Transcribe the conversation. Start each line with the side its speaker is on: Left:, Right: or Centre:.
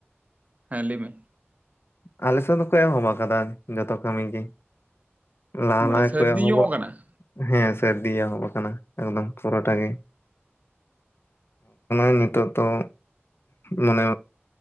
Right: ᱦᱮᱸ ᱞᱟᱹᱭ ᱢᱮ
Left: ᱟᱞᱮ ᱥᱮᱫ ᱫᱚᱠᱚ ᱮᱦᱚᱵ ᱟᱠᱟᱫᱟ ᱡᱚᱛᱚ ᱠᱟᱹᱢᱤ ᱜᱮ ᱞᱟᱦᱟ
Right: ᱢᱟᱱᱮ
Left: ᱞᱟᱦᱟ
Right: ᱥᱟᱹᱨᱫᱤ
Left: ᱠᱚ ᱮᱦᱚᱵᱚᱜ
Right: ᱧᱚᱜ ᱠᱟᱱᱟ
Left: ᱦᱮᱸ ᱥᱟᱹᱨᱫᱤ ᱮᱦᱚᱵ ᱟᱠᱟᱱᱟ ᱮᱠᱫᱚᱢ ᱯᱚᱨᱟᱴᱟ ᱜᱮ <inaudible> ᱛᱚ ᱢᱟᱱᱮ